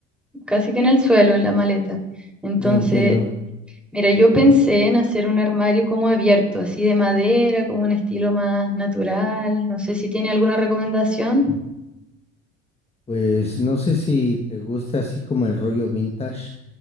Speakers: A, in the centre; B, on the left.
A: casi que en el suelo, en la maleta. Entonces,
B: No entiendo.
A: mira, yo pensé en hacer un armario como abierto, así de madera, como un estilo más natural. No sé si tiene alguna recomendación.
B: Pues no sé si te gusta así como el rollo vintage,